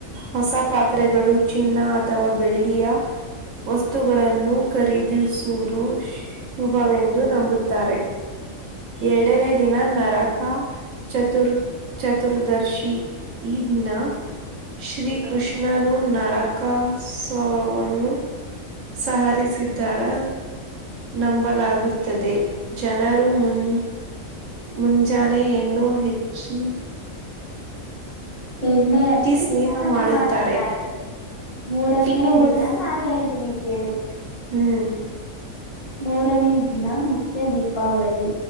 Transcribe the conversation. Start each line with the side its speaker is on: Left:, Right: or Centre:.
Right: ಹೊಸ ಪಾತ್ರೆಗಳು ಚಿನ್ನ ಅಥವಾ ಬೆಳ್ಳಿಯ ವಸ್ತುಗಳನ್ನು ಖರೀದಿಸುವುದು ಶುಭವೆಂದು ನಂಬುತ್ತಾರೆ ಎರಡನೇ ದಿನ ನರಕ ಚತುರ್ ಚತುರ್ದರ್ಶಿ ಈ ದಿನ ಶ್ರೀ ಕೃಷ್ಣ ನಾನು ನರಕಾಸವನ್ನು. ಸಹರಿಸಿದ್ದಾರ. ನಂಬಲಾಗುತ್ತದೆ ಜನರು ಮುನ್. ಮುಂಜಾನೆ ಇನ್ನೂ ಹೆಚ್ಚಿ.
Left: ಎಣ್ಣೆ ಹಚ್ಚಿ
Right: ಸ್ನೇಹ
Left: ಸ್ನಾನ
Right: ಮಾಡುತ್ತಾರೆ.
Left: ಮಾಡಾರೆ. ಮೂರನೇ
Right: ಇನ್ನು ಮುನ್
Left: ದಿನ ನಾನನ್ ಹೇಳ್ತೀನಿ ಕೇಳುವ.
Right: ಹ್ಮ್.
Left: ಮೂರನೇ ದಿನ ಮುಖ್ಯ ದೀಪಾವಳಿ.